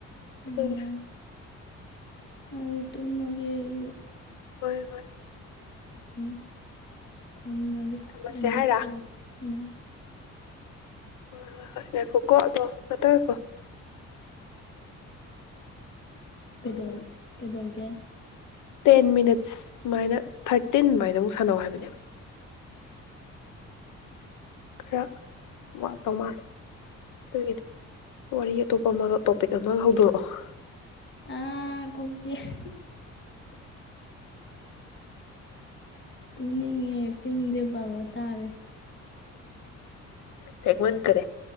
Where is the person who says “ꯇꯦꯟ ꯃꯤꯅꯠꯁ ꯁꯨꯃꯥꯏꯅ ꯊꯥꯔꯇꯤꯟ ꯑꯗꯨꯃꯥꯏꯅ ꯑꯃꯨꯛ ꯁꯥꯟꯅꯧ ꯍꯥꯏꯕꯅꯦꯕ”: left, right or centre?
Left